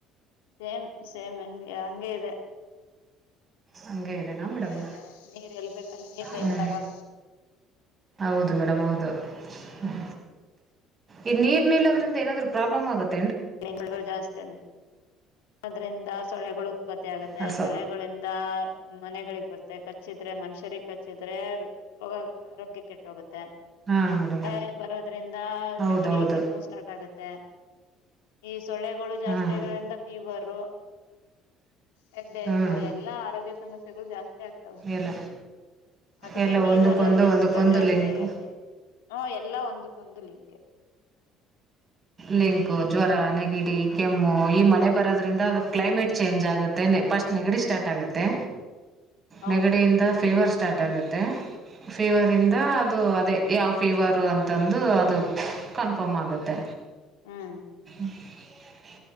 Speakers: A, on the left; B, on the right.
A: ಸೇಮ್ ಸೇಮ್ ಹಂಗೆ ಹಂಗಗೆ ಇದೆ
B: ಹಂಗಗೆ ಇದೆನಾ
A: ಹಂಗೆ
B: ಮೇಡಮ್
A: ಇದೆ ನೀರ್ ಎಲ್ಬೇಕಲ್ ನೀರ್ ನಿಂತಾವ
B: ಹ್ಮ ಹೌದು ಮೇಡಮ್ ಹೌದು ಹ್ಮ ಈ ನೀರ್ ನಿಲ್ಲದ್ರಿಂದ ಏನಾದ್ರು ಪ್ರಾಬ್ಲಮ್ ಆಗುತ್ತೆ
A: ಬಬ ಜಾಸ್ತ ಅದ್ರಿಂದ ಸೊಳೆಗಳು ಉತ್ಪತ್ತಿ ಆಗುತ್ತೆ
B: ಹಸು
A: ಸಳೆಗಳಿಂದ ಮನೆಗಳಿಗೆ ಬರ್ತ್ತೆ ಕಚ್ಚಿದ್ರೆ ಮನುಷ್ಯರಿಗೆಗ್ ಕಚ್ಚಿದ್ರೆ ರೋಗ ಆರೋಗ್ಯ ಕೆಟ್ಟ ಹೋಗುತ್ತೆ
B: ಹಾಂ ಮೇಡಮ್
A: ಮಳೆ ಬರೋದ್ರಿಂದ
B: ಹೌದೌದು
A: ನಗಡಿ ಕೆಮ್ಮು ಸ್ಟಾರ್ಟ್ ಆಗತ್ತೆ ಮತ್ತೆ ಎ ಸೊಳ್ಳೆಗಳು ಜಾಸ್ತಿ
B: ಹಾಂ
A: ಆಗೋದ್ರಿಂದ ಫೀವರು ಹೆಡೆಕ್ಕು
B: ಹಾಂ
A: ಎಲ್ಲಾ ಆರೋಗ್ಯ ಸಮಸ್ಯೆಗಳು ಜಾಸ್ತಿ ಆಗ್ತವೆ
B: ಎಲ್ಲ
A: ಅದಕ್ಕೆ
B: ಎಲ್ಲ
A: ನೀರು
B: ಒಂದಕ್ಕೊಂದು
A: ಅಲ್ಲಲ್ಲಿ ನಿಲ್ಲಸ್ಬೇಡ್ರಿ
B: ಒಂದಕ್ಕೊಂದು
A: ಅಂತ
B: ಲಿಂಕು
A: ಹೇಳ್ತಿವಿ ಹ್ಮ ಎಲ್ಲಾ ಒಂದಕ್ಕೊಂದು ಲಿಂಕ್
B: ಲಿಂಕು ಜ್ವರ ನೆಗಿಡಿ ಕೆಮ್ಮು
A: ಹ್ಮ್
B: ಈ ಮಳೆ ಬರೋದ್ರಿಂದ ಅಗ ಕ್ಲೈಮೇಟ್ ಚೇಂಜ್ ಆಗುತ್ತೆೆ ಫಸ್ಟ್ ನೆಗಡಿ ಸ್ಟಾರ್ಟ್ ಆಗುತ್ತೆ
A: ಹೌದು
B: ನೆಗಡೆಯಿಂದ
A: ಹ್ಮ್
B: ಫೀವರ್ ಸ್ಟಾರ್ಟ್ ಆಗುತ್ತೆ ತ್ತ ಫೀವರ್
A: ಹ್ಮ್
B: ಇಂದ ಅದು ಅದೇ ಯಾವ್ ಫೀವರು ಅಂತಂದು ಅದು ಕನ್ಫರ್ಮ್ ಆಗುತ್ತೆ
A: ಹ್ಮ್
B: ಅ